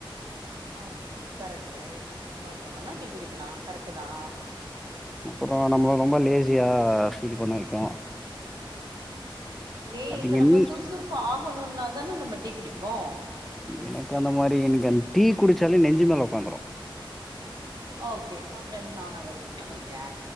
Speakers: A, on the right; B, in the centre.
A: அ ஓகே கரெக்ட் சுறுசுறுப்பா இருக்கணுனா டீ குடிக்கலா கரெக்ட் தா
B: அப்புறோ நம்மள ரொம்ப லேஸியா ஃபீல் பண்ண வெக்கு
A: லே
B: அதுக்கு
A: இப்ப
B: என்ன
A: நம்ம சுறுசுறுப்பு ஆகணுனா தான நம்ம டீ குடிப்போ
B: எனக்கு அந்த மாரி எனக்கு அந்த டீ குடுச்சாலே நெஞ்சு மேல உக்காந்துரு
A: ஓகே சம்டைம்ஸ் நானு அத ஃபீல் பண்ணிருக்க